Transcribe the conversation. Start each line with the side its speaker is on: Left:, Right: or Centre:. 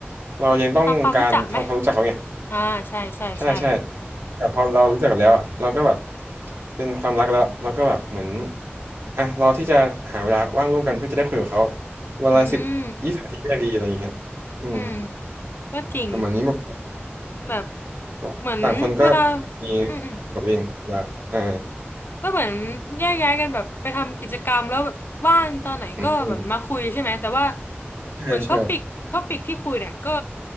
Right: เรายังต้องการทำความรู้จักเขาไง
Left: ทำความรู้จักไหมอ่าใช่ใช่ใช่
Right: ใช่ใช่แต่พอเรารู้จักกันแล้วอ่ะเราก็แบบเป็นความรักแล้วเราก็แบบเหมือนอ่ะรอที่จะหาเวลาว่างร่วมกันเพื่อจะได้คุยกับเขาเวลาสิบยี่สิบนาทีก็ยังดีอะไรอย่างเงี้ย
Left: อืม
Right: อืม
Left: อืมก็จริง
Right: ประมาณนี้มาก
Left: แบบ
Right: เพราะต่างคนก็
Left: เหมือนเวลา
Right: มี
Left: อืมอืม
Right: ขอดวิ่งละอ่า
Left: ก็เหมือนแยกย้ายกันแบบไปทำกิจกรรมแล้วแบบว่างตอนไหนก็แบบมาคุยใช่ไหมแต่ว่า
Right: อืมอืมใช่ใช่
Left: เหมือนท็อปิกท็อปิกที่คุยเนี่ยก็